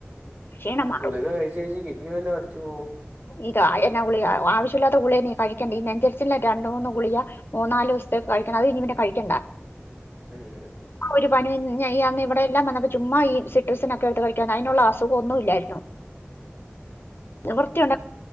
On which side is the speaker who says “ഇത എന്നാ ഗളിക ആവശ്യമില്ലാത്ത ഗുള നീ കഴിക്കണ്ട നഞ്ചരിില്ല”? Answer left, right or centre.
Left